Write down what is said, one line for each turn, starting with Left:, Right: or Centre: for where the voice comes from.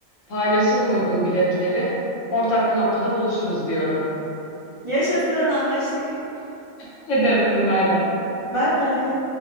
Left: Paylaşırım uygun biletleri. Ortak bir noktada buluşuruz diyorum.
Right: Yaşasın, anlaştık.
Left: Hadi öptüm bay bay.
Right: Bay bay.